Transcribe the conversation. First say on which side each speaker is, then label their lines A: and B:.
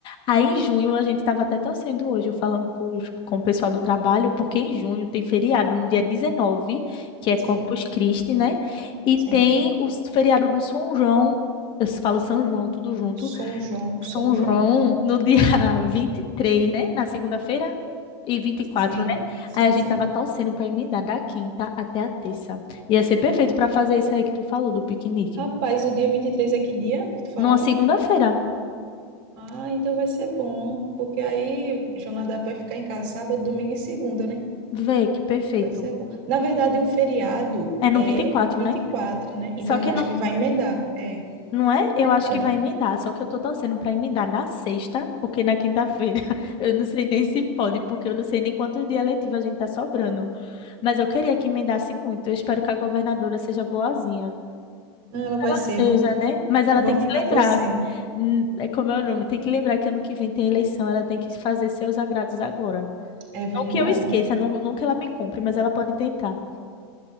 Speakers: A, on the left; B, on the right.
A: Aí, em junho, a gente estava até torcendo hoje, eu falando com, os- com o pessoal do trabalho, porque em junho tem feriado no dia 19, que é
B: Sim,
A: Corpus Christi, né? E
B: sim.
A: tem o s- feriado do São João. Eu s- falo São João, tudo junto,
B: São João,
A: são
B: São João.
A: João no dia <laughs> 23, né? Na segunda-feira e vinte e quatro,
B: Sim,
A: né?
B: sim,
A: Aí a
B: sim.
A: gente tava torcendo pra emendar da quinta até a terça. Ia ser perfeito pra fazer isso aí que tu falou do piquenique.
B: Rapaz, o dia 23 é que dia que tu falou?
A: Numa segunda-feira.
B: Ah, então vai ser bom, porque aí Jonadab vai ficar em casa sábado, domingo e segunda, né?
A: Vê que perfeito.
B: Vai ser bom. Na verdade, o feriado
A: É no
B: é
A: vinte e quatro,
B: vinte
A: né?
B: e quatro, né? Então
A: Só
B: eu
A: que
B: acho
A: não,
B: que vai emendar. É,
A: não é? Eu
B: verdade.
A: acho que vai emendar, só que eu tô torcendo pra emendar na sexta, porque na quinta-feira <laughs> eu não sei nem se pode, porque eu não sei nem quantos dias letivos a gente tá sobrando. Mas eu queria que emendasse muito. Eu espero que a governadora seja boazinha
B: Não, ela vai
A: ela
B: ser.
A: seja,
B: Vamos
A: né? Mas ela
B: Vão
A: tem
B: ficar
A: que se lembrar,
B: torcendo.
A: hum, é como é o nome, tem que lembrar que ano que vem tem eleição, ela tem que fazer seus agrados agora.
B: É verdade.
A: Não que eu esqueça, não, não que ela me compre, mas ela pode tentar.